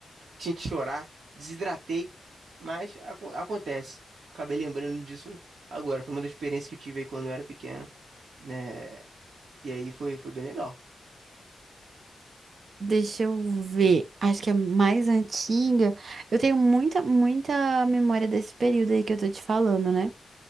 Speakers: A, on the right; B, on the right.
A: tinha que chorar, desidratei, mas acon- acontece. Acabei lembrando disso agora. Foi uma das experiências que eu tive aí quando eu era pequeno, né? E aí foi, foi bem legal.
B: Deixa eu ver. Acho que é mais antiga. Eu tenho muita, muita memória desse período aí que eu tô te falando, né?